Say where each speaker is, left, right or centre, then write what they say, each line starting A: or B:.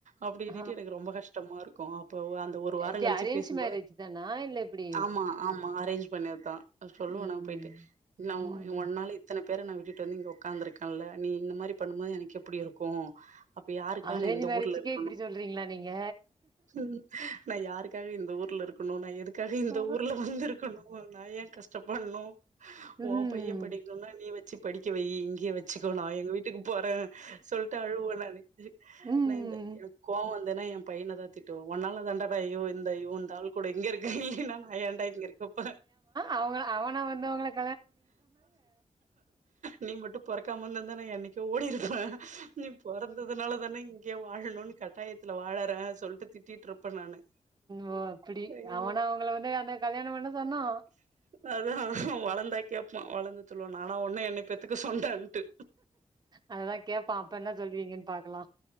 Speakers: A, on the right (about 80°); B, on the right (about 35°).
A: அப்டின்னிட்டு
B: ஆ.
A: எனக்கு ரொம்ப கஷ்டமாருக்கு அப்ப அந்த ஒரு வாரோ
B: எப்டி
A: கழிச்சி
B: அரேஞ்ச்
A: பேசும்போது
B: மேரேஜ் தானா? இல்ல எப்டி?
A: ஆம்மா ஆம்மா அரேஞ்ச் பண்ணதுதா சொல்லுவே
B: ம்.
A: நா போயிட்டு நா ஒ
B: ம்.
A: ஒன்னாள இத்தன பேர நா விட்டுட்டு வந்து இங்க உக்காந்துருக்கேன்ல நீ இந்த மாரி பண்ணும்போது எனக் எப்டி இருக்கோ அப்ப யாருக்கான
B: அரேஞ்ச்
A: இந்த
B: மேரேஜ்க்கே
A: ஊர்ல இருக்
B: இப்டி சொல்றீங்ளா நீங்க
A: ம் நா யாருக்காக இந்த ஊர்ல இருக் ருக்கணு நா எதுக்காக இந்த
B: ஓ
A: ஊர்ல வந்திருக்கணு நா ஏ கஷ்டப்படணு
B: ம்
A: ஓம் பைய படிக்ணுனா நீ வெச்சு படிக்க வை இங்கயே வெச்சுக்கோ நா எங்க வீட்டுக் போறன்னு சொல்ட்டு அழுவே நானு
B: ம்
A: எனக் கோவோ வந்துன்னா ஏ பையன தா திட்டுவ ஒன்னால தாண்டா இந்த ஐயோ இந்த ஆள் கூட இங்க இருக்க இல்லைன்னா நயாண்டா இங்க இருக்கப்போறே
B: அவுங்க அவன வந்துவங்களுக்
A: நீ மட்டு பொறக்காமருந்துந்தா நா என்னைக்கு ஓடிருப்ப நீ பொறந்ததுனால தானே இங்கே வாழணுனு கட்டாயத்துல வாழறே சொல்ட்டு திட் டிட்றுப்பன் நானு
B: ஓ அப்டி
A: ஐயோ
B: அவனா உங்ள வந்து அந்த கல்யாணம் பண்ண சொன்னா
A: அதா வளந்தா கேப்பா வளந்து சொல்லுவா நானா ஒன்னய என்னய் பெத்துக்க சொன்னேன்ட்டு
B: அததா கேப்பா அப்போ என்ன சொல்வீங்கன் பாக்லா